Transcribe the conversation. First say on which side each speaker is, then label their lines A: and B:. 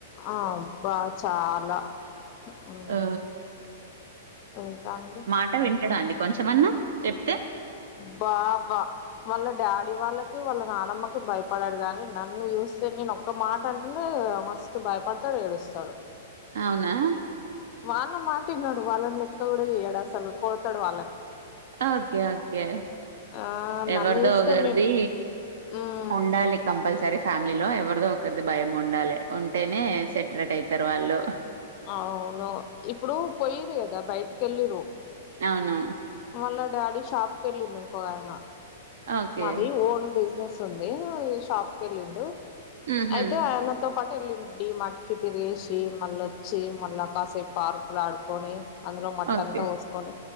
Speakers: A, on the left; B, on the right.
A: ఆ అబ్బా చాలా మ్మ్
B: ఆ
A: ఇంకా అండి
B: మాట వింటడా అండి కొంచెమన్నా చెప్
A: బా బా వాళ్ళ డాడీ వాళ్ళకి వాళ్ళ నానమ్మ భయపడడు గానీ నన్ను చూస్తే నేను ఒక్క మాట అంటేనే మస్తు భయపడతాడు ఏడుస్తాడు.
B: అవునా
A: వాళ్ళ మాట వినడు వాళ్ళని లెక్క కూడా చెయ్యడు అస్సలు కొడుతాడు వాళ్ళని
B: ఓకే ఓకే
A: ఆ నన్ను
B: ఎవరిదో
A: చూస్తే
B: ఒకరిది
A: నేను మ్మ్
B: ఉండాలి కంపల్సరీ ఫ్యామ్ మిలో ఎవరిదో ఒకరిది భయం ఉండాలి ఉంటేనే సెటరేట్ అవుతారు వాళ్ళు
A: అవును ఇప్పుడు పోయిర్రు కదా బయటికి వెళ్ళిరు
B: అవునా
A: వాళ్ళ డాడీ షాప్ కి వెళ్ళిండు ఇంకోక ఆయన
B: ఓకే
A: మాది ఓన్ బిజినెస్ తుంది షాప్ కి వెళ్ళిండు
B: ఊహూ
A: అయితే ఆయనతో పాట్ వెళ్ళిండు డీ మార్ట్ కి తిరిగేసి మళ్ళ వచ్చి మళ్ళీ కాసేపు పార్కులు ఆడుకొని అందులో మట్టంతా
B: ఓకే
A: పోసుకొని